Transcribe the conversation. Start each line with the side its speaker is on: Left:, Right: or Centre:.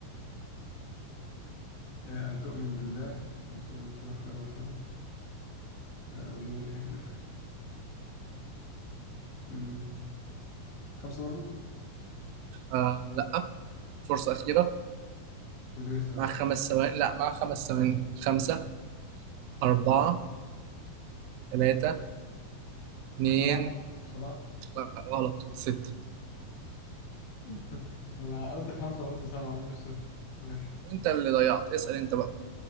Left: آه، أن تؤمن بالله وتؤمن بالقدر خيره وشره آه، واليوم الآخر مم. خمسة برضو
Right: آه لأ فرصة أخيرة
Left: بدون اختيارات
Right: مع خمس ثواني لأ مع خمس ثواني خمسة أربعة ثلاثة اتنين
Left: سبعة سبعة
Right: لأ، غلط ستة
Left: <laughs> أنا قلت خمسة قلت سبعة ما قلتش ستة ماشي
Right: أنت اللي ضيعت اسأل أنت بقى